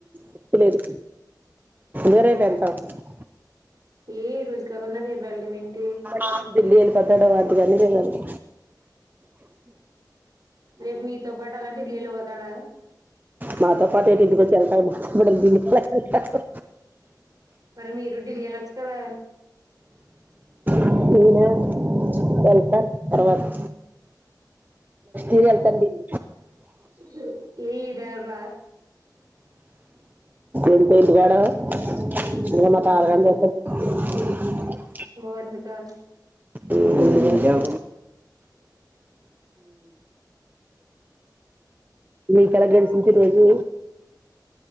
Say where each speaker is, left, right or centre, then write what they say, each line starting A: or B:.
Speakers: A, on the right; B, on the right.
A: ఉప్పు లేదు గరే పెతా <unintelligible>
B: ఏ ఇ రోజు కాకుడా రేపు వెళ్ళటం ఏంటి
A: అ ఢిల్లీ వెళ్ళిపోతాడు కానీ రేపు వెళ్తాం
B: రే మీతో పటాల ఢిల్లీ వెళ్ళిపోతాడ
A: మాతో పాటు ఏంటి ఇంటికి వచ్చి వెళ్తావు? హాహా
B: మరి మీరు ఢిల్లీ వెళ్ళొచ్చు కదా
A: అవును! వెళ్తాను తర్వాత. <inaudible> ఇయర్ వెళ్తాను ఢిల్లీ
B: ఏ ఇ యియర్ ఎల్లర
A: ఉండా ఇంటికదా? షూ నా ఫాదర్ అని చెప్పాలా ఏటి? <inaudible>
B: ఓ అందుకా.
A: హ్మ్ నీకు ఎట్లా తెలుస్తుంది? ఇంకా ఈ రోజు